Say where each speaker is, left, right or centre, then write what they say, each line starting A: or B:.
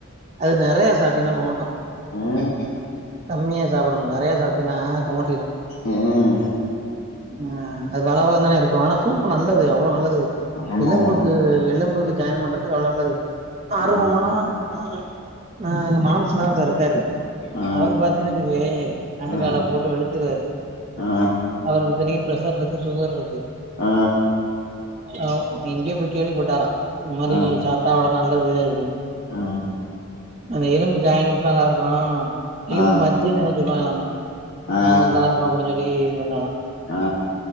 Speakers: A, on the right; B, on the left.
A: அது நெறைய சாப்டியின்னா கொமட்டு
B: ம்
A: கம்மியா சாப்படணு நெறைய சாப்டியின்னா கொமட்டியிரு
B: ஆ
A: ம் அது வழவழன்னுதானே இருக்கு ஆனா சூப்பு நல்லது அவ்வளவு நல்லது
B: ஆமாவா
A: எலும்புக்கு எலும்புக்கு ஜாயின் பண்றது க்கு அவ்ளோ நல்லது ஆரம்பமானா
B: ஆ
A: ஆ ஆ எங்க மாம்ஸ்னா ஒருத்தர் இருக்காரு
B: ஆ
A: அவரு பாத்தீன்னு வச்சுக்கவே ஆட்டுக்கால
B: ஆ
A: போட்டு வெளுத்துருவாரு
B: ஆ
A: அவருக்கு இத்தனைக்கும் ப்ர ஷர் இருக்கு சுகர் இருக்கு
B: ஆ
A: ஓ எங்கயோ போயி கேள்விப்பட்டாரா இது மாரி
B: ஆ
A: சாப்ட்டா நல்லது அப்டினு
B: ஆ
A: அந்த எலும்பு ஜாயினிங்க்லா நல்லா இருக்கு எலும்பு
B: ஆ
A: மஜ்ஜைன்னு எதோ சொல்வாங்கலாமா
B: ஆ
A: அது நல்லா இருக்கு அப்படி சொல்லி இது பண்ணாறா
B: ஆ